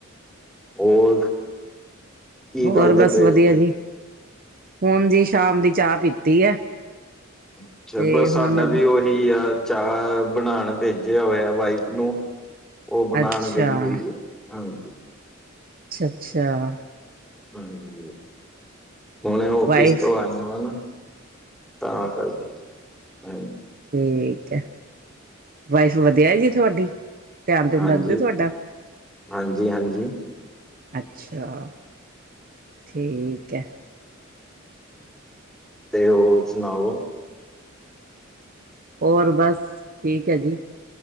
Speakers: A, in the centre; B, on the right (about 45°).
A: ਹੋਰ ਕੀ
B: ਹੋਰ
A: ਕਰਦੇ
B: ਬਸ
A: ਪਏ
B: ਵਧੀਆ
A: ਹੋ ਹੁਣ
B: ਜੀ। ਹੁਣ ਜੀ ਸ਼ਾਮ ਦੀ ਚਾਹ ਪੀਤੀ ਹੈ।
A: ਅੱਛਾ।
B: ਤੇ
A: ਬਸ
B: ਹੁਣ
A: ਸਾਡਾ ਵੀ ਉਹ ਵੀ ਆ ਚਾਹ ਬਣਾਉਣ ਭੇਜਿਆ ਹੋਵੇ ਆ ਵਾਈਫ ਨੂੰ। ਉਹ ਬਣਾਉਣ
B: ਅੱਛਾ
A: ਗਈ ਹੋਈ ਆ। ਹਾਂਜੀ।
B: ਅੱਛਾ- ਅੱਛਾ।
A: ਹਾਂਜੀ। ਹੁਣ ਆਫਿਸ
B: ਵਾਈਫ
A: ਤੋਂ ਆਏ ਵ ਨਾ। ਤਾਂ ਕਰਕੇ। ਹਾਂ।
B: ਤੇ ਵਾਈਫ ਵਧੀਆ ਹੈ ਜੀ ਤੁਹਾਡੀ। ਧਿਆਨ ਧਿਊਨ
A: ਹਾਂਜੀ-
B: ਰੱਖਦੇ ਤੁਹਾਡਾ
A: ਹਾਂਜੀ- ਹਾਂਜੀ।
B: ਅੱਛਾ। ਠੀਕ ਹੈ। <unintelligible>
A: ਤੇ ਉਹ ਸੁਣਾਓ
B: ਹੋਰ ਬਸ, ਠੀਕ ਹੈ ਜੀ